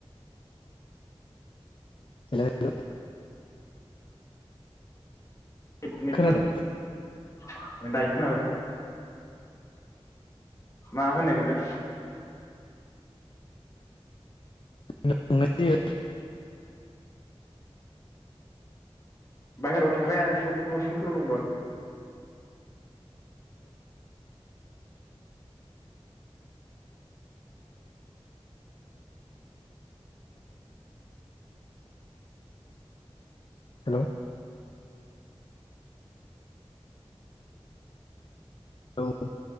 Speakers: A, on the left; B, on the left.
A: हेलौ हेलौ।
B: कितनितमोन
A: खोनादो
B: दायो खोनाबाय मा होननायमोनलाय?
A: जोंना खुंनाय जायो।
B: बाहेरायाव थांलाया न' सिंफोराव दंबा
A: हेलौ। हेलौ